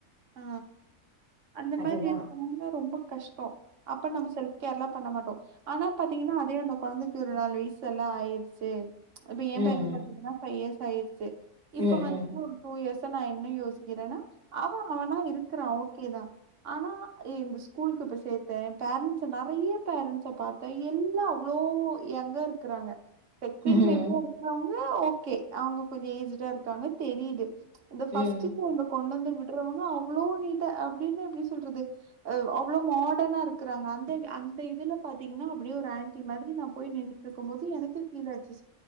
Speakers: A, on the right (about 65°); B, on the right (about 30°).
A: ஆ அந்த
B: அதுதான்.
A: மாதிரி இருக்குனும்னா ரொம்ப கஷ்டோ அப்ப நம்ம செல்ப் கேர்லா பண்ண மாட்டோ ஆனா பாத்தீங்கன்னா அதே அந்த கொழந்தைக்கு ஒரு நாலு வயசு எல்லா ஆயிருச்சு இப்ப எ
B: ம்.
A: பையனுக்கு பாத்தீங்கன்னா ஃபைவ் இயர்ஸ் ஆயிருச்சு
B: ம்,
A: இப்ப வந்துட்டு
B: ம்.
A: டூ இயர்ஸா நா என்ன யோசிக்கிறேனா அவனா இருக்குறா ஓகே தா ஆனா இந்த ஸ்கூலுக்கு இப்ப சேத்தே பேரன்ட்ஸ் நெறைய பேரன்ட்ஸ பாத் தே எல்லா அவ்வளோ யெங்கா இருக்குறாங்க செகண்ட்
B: ம்.
A: பேபியா இருக்கிறவுங்க ஓகே அவுங்க கொஞ்சோ ஏஜ்டா இருக்காங்க தெரியுது இந்த
B: ம்.
A: ஃபர்ஸ்ட் கொழந்த கொண்டு வந்து விட் றவுங்க அவ்ளோ நீட்டா அப்டின்னா எப்டி சொல்றது அ அவ்ளோ மாடர்னா இருக்குறாங்க அந்த அந்த இதுல பாத்தீங்கன்னா அப்டியே ஒரு ஆன்டி மாதிரி நா போய் நின்டுட்ருக் போது எனக்கே பீல் ஆச்சி